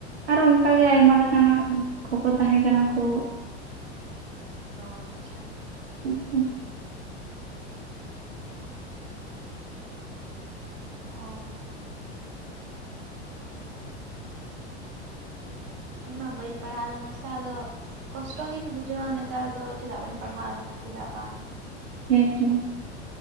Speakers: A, on the right; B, on the right.
A: ᱟᱨᱚ ᱚᱱᱠᱟ ᱜᱮ ᱟᱭᱢᱟ ᱞᱮᱠᱟᱱᱟᱜ ᱠᱷᱚᱠᱚ ᱛᱟᱦᱮᱸ ᱠᱟᱱᱟ ᱠᱚ
B: ᱚ ᱟᱪᱪᱷᱟ
A: ᱚ
B: ᱚ ᱤᱧ ᱢᱟ ᱵᱟᱹᱧ ᱯᱟᱲᱦᱟᱣ ᱞᱮᱱᱟ ᱥᱮ ᱟᱫᱚ ᱠᱚᱥᱴᱚ ᱜᱤᱧ ᱵᱩᱡᱷᱟᱹᱣᱟ ᱱᱮᱛᱟᱨ ᱫᱚ ᱪᱮᱫᱟᱜ ᱵᱟᱹᱧ ᱯᱟᱲᱦᱟᱣ ᱞᱮᱱᱟ ᱪᱮᱫᱟᱜ ᱵᱟᱝ
A: ᱦᱮᱸ ᱛᱚ